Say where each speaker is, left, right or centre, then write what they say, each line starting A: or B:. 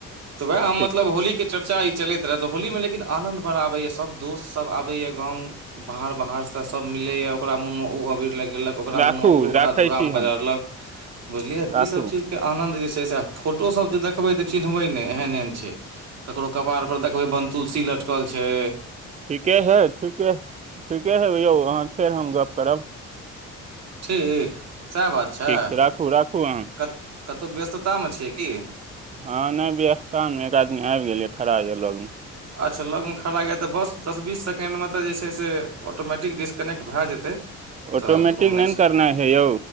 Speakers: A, on the right; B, on the right.
A: तऽ वैह हम
B: ठीक
A: मतलब होली के चर्चा ई चलैत रहै तऽ होली मे लेकिन आनंद बड़ आबैए सब दोस्त सब आबैये गांव, बाहर बाहर से सब मिलैये ओकरा मुंह में ओ अबीर लगेलक। ओकरा
B: राखू
A: मुँह मे, ओ ओकरा
B: राखै
A: धूरा
B: छी
A: मे
B: हम
A: बजारलक, बुझलियै, तऽ
B: राखू
A: इ सब चीज। के आनन्द जे छैय से फोटोसब जे देखबै तऽ चिन्हबै ने एहन एहन छैय। ककरो कपार पर देखबै बनतुलसी लटकल छैय।
B: ठीके हेइ ठीके ठीके हेइ यौ अहाँ फेर हम गप करब।
A: ठीक सएह बात छैय
B: ठीक छै राखू राखू अहाँ
A: कत कतहु व्यस्ततामे छियै की।
B: हाँ नै व्यस्ता मे एक आदमी आबि गेल खड़ा यऽ लग।
A: अच्छा लगमे खड़ा यय तऽ बस दस बीस सेकेण्डमे तऽ जे छैय से ऑटोमेटिक डिस्कने्ट भए जेतै।
B: ऑटोमैटिक
A: तऽ कोनो
B: नहि ना
A: छै
B: करना है यौ।